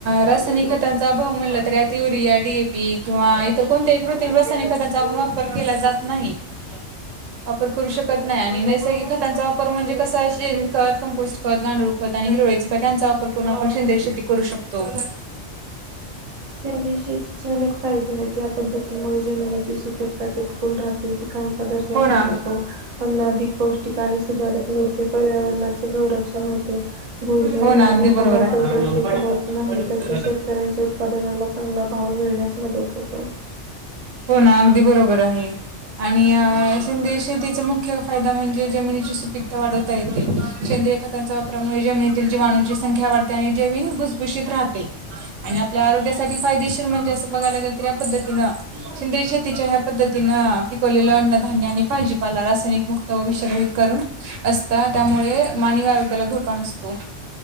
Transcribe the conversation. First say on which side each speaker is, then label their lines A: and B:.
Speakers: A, on the right; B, on the right.
A: रासायनिक खतांचा भाव म्हणला तर अति डी, ए, पी. किंवा इतर कोणत्याही कृतिम रासायनिक खतांचा वापर केला जात नाही. <inaudible> वापर करू शकत नाय आणि नैसर्गिक खतांचा वापर म्हणजे कसय शेण खत, कमंपोस्ट खत, गांडूळ खत आणि रोई त्यांचा वापर करून आपण सेंद्रिय शेती करू शकतो.
B: सेंद्रिय शेतीची अनेक फायदे आहेत. या पद्धतीमुळे जमिनीची सुपीकता टिपकून राहते. पिकांचा दर्जा
A: हो
B: सुधार
A: ना.
B: अन्न अधिक पौष्टिक आणि सुधारक मिळते. पर्यावरणाचे संरक्षण होते. भूजल
A: हो ना
B: आणि
A: अगदी
B: हवा
A: बरोबर आहे.
B: प्रदूषित होत नाही. तसे शेत शेतकऱ्यांच्या उत्पादनाला चांगला भाव मिळण्यास मदत होते.
A: हो ना, अगदी बरोबर आहे. आणि शेंद्रीय शेतीचा मुख्य फायदा म्हणजे जमिनीची सुपीकता वाढवता येेते. शेंद्रीय खतांच्या वापरामुळे जमिनीतील जीवाणूंची संख्या वाढते आणि जमीन भुसभूशीत राहते. आणि आपल्या आरोग्यासाठी फायदेशीर म्हणजे असं बघायला गेल तर या पद्धतीनं शेंद्रीय शेतीच्या ह्या पद्धतीनं, पिकवलेलं अन्न -धान्य आणि भाजीपाला रासायनिक मुक्त विषरहित करून असता. त्यामुळे मानवी आरोग्याला धोका नसतो.